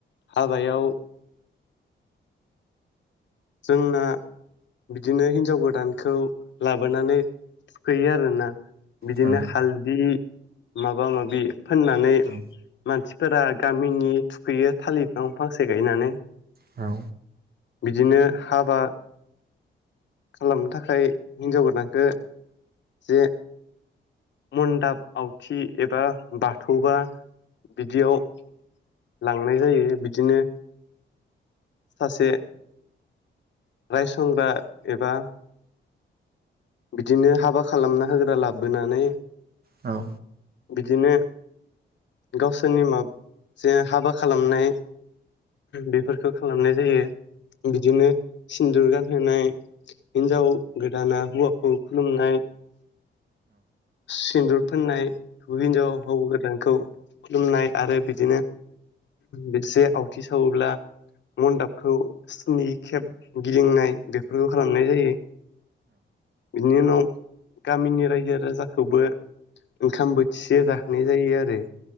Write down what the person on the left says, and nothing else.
हाबायाव जोंना बिदिनो हिनजाव गोदानखौ लाबोनानै थुखैयो आरोना। बिदिनो
हालदि माबा माबि फोननानै
मानसि फोरा गामिनि थुखैयो थालिर बिफां फांसे गायनानै।
बिदिनो हाबा खालामनो थाखाय हिनजाव गोदानखो जे मनदाब आवथि एबा बाथौबा बिदियाव लांनाय जायो बिदिनो सासे रायसंग्रा एबा बिदिनो हाबा खालामना होग्रा लाबोनानै।
बिदिनो गावसोरनि माखासे हाबा खालामनाय बेफोरखौ खालामनाय जायो। बिदिनो सिन्दुर गानहोनाय हिनजाव गोद दाना हौवाखौ खुलुमनाय। सिन्दुर फोननाय हिनजाव हौआ गोदानखौ खुलुमनाय आरो बिदिनो बिसे आवथि सावोब्ला मडाबखौ स्नि खेब गिदिंनाय बेफोरखौ खालामनाय जायो। बिनि उनाव गामिनि रायजो राजा खौबो ओंखाम बोथिसे जाहोनाय जायो आरो